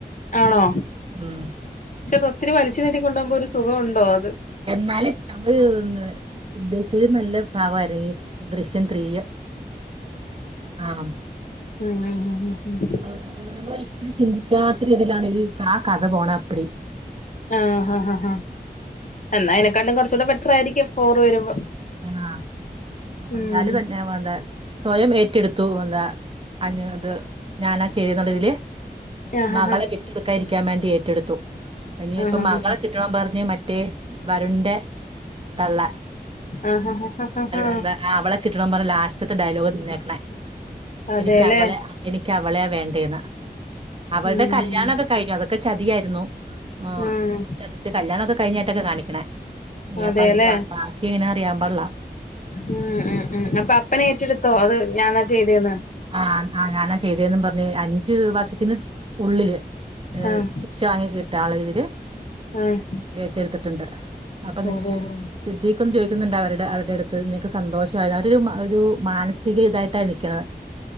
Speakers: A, on the left; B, on the right.
A: ആണോ
B: ഉം
A: ക്ഷെ അദോത്തിരി വലിച്ചു നീട്ടിക്കൊണ്ടോപോവുമ്പോ ഒരു സുഖം ഉണ്ടോ അത്
B: എന്നാലും നമ്മള് ന്ന് ഉദ്ദേശിച്ചത് നല്ല ഭാഗമായിരുന്നു ദൃശ്യം ത്രീയ്യ് ആഹ്‌
A: ആഹ് ഹ്‌ ഹ്‌ ഹ്‌ ഹ്‌
B: <unintelligible> ചിന്തിക്കാത്ത രീതിയിലാണ് ആ കഥ പോണപ്പടി
A: ആഹ്‌ ഹ ഹ ഹ എന്നാ അയ്നേക്കാട്ടിലും
B: ആണ്.
A: കുറച്ചൂടെ ബെറ്റർായിയിരിക്കും ഫോറ് വരുമ്പോ
B: ആഹ്‌ അപ്പന്താലും
A: ഉം
B: വെ ന്ന വെന്താ സ്വയം ഏറ്റെടുത്തു എന്താ അഞ് അത് ഞാനാ ചെയ്തുണ്ട്തില്
A: ആഹ്
B: മകളെ
A: ഹ ഹ
B: വിട്ടൊടുക്കാതിരിക്കാൻ വേണ്ടി ഏറ്റെടുത്തു ഇനിപ്പ
A: ആഹ്
B: മകളെ
A: ഹ ഹ
B: കിട്ടണം പറഞ് മറ്റേ വരുൺന്റെ തള്ള
A: ആഹ് ഹ ഹ ഹ ഹ
B: എന്താ അവളെ കിട്ടണം പറഞ് ലാസ്റ്റത്തെ ഡയലോഗ് നിന്നേക്കണേ
A: അതേല്ലേ
B: എനിക്ക് അവളെ അ എനി എനി ക്കവളെയാ വേണ്ടേന്ന് അവൾടെ
A: ഉം
B: കല്യാണൊക്കെ കഴിഞ്ഞു അതൊക്കെ ചതിയായിരുന്നു ഉം
A: ആഹ്
B: ചതിച്ചു കല്യാണോക്കെ കഴിഞ്ഞിട്ടൊക്കെ കാണിക്കണേ ഇനിയപ്പ
A: അതേല്ലേ
B: അയ്ന്റെ ബാ ബാക്കി എങ്ങന അറിയാ പാട്ല്ല
A: ഉം ഉം ഉം അപ്പൊ അപ്പനെറ്റെടുത്തോ അത് ഞാനാ ചെയ്തേന്ന്
B: ആഹ്‌ ആ ഞാനാ ചെയ്തന്ന് പറഞ് അഞ്ചു വർഷത്തിന് ഉള്ളില് ഏഹ്‌
A: ആഹ്
B: ശിക്ഷ വാങ്ങിക്കിന്ള്ളതില്
A: ആഹ്
B: ഏറ്റെടുത്തിട്ടുണ്ട് അപ്പന്ന്
A: ഓഹോ ഹോ
B: സിദ്ദിഖ്ന്ന് ചോദിക്കുന്നുണ്ട് അവരുടെ അവരുടെടുത്ത് നിനക്ക് സന്തോഷയോ അവരോരു മാനസികതായിട്ടാ നിക്ക്ണത്